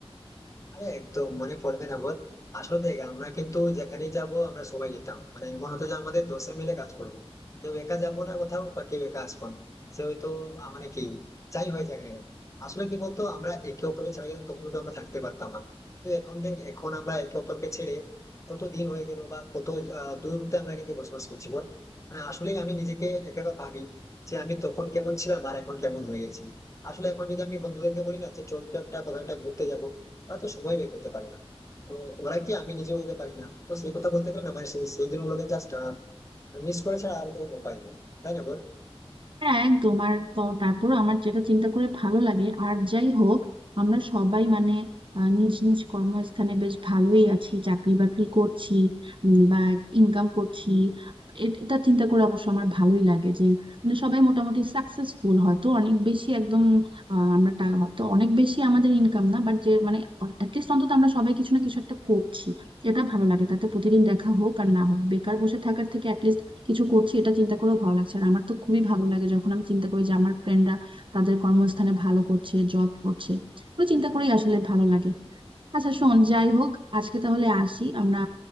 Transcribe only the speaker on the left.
আরে একদম মনে পড়বে না বল আসলে দেখ আমরা কিন্তু যেখানেই যাব আমরা সবাই যেতাম মানে এমন হতো যে আমাদের দশে মিলে কাজ করবো কেউ একা যাবো না কোথাও বা কেউ একা আসবো না সে হয়তো আহ, মানে কি যাই হয়ে যাক না কেন। আসলে কি বলতো আমরা একে অপরকে ছাড়া কিন্তু তখন তো আমরা থাকতে পারতাম না কিন্তু এখন দেখ এখন আমরা একে অপরকে ছেড়ে কত দিন হয়ে গেল বা কত আহ, দূরত্বে আমরা কিন্তু বসবাস করছি বল মানে আসলেই আমি নিজেকে একেবারে ভাবি যে আমি তখন কেমন ছিলাম আর এখন কেমন হয়ে গেছি আসলে এখন যদি আমি বন্ধুদেরকে বলি না যে চল তো একটা কোথাও একটা ঘুরতে যাবো হয়তো সময় বের করতে পারে না তো ওরা কি আমি নিজেও হতে পারি না তো সেই কথা বলতে গেলে না মানে সেই সেই দিন ওদের জাস্ট মিস করে ছাড়া আর তো কোনো উপায় নেই তাই না বল